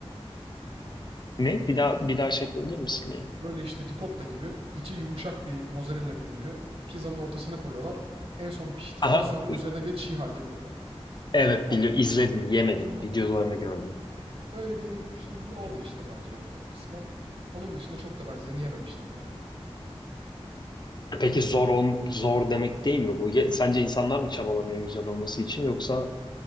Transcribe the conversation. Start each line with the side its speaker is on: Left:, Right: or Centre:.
Left: Ne? Bir daha bir daha şey yapabilir misin ya?
Right: Böyle işte ricotta gibi içi yumuşak bir mozzarella peyniri pizzanın ortasına koyuyorlar. En son piştikten
Left: Aha.
Right: sonra üzerine bir de çiğ halde koyuyorlar.
Left: Evet
Right: Ya
Left: biliyorum. izledim, yemedim. Videolarını gördüm.
Right: öyle bir yere gitmiştim. Bir orada işte benziyordu tadı kısmen. Onun dışında çok da benzerini yememiştim ya.
Left: E Peki zor ol- zor demek değil mi bu? Ya- Sence insanlar mı çabalamıyor güzel olması için yoksa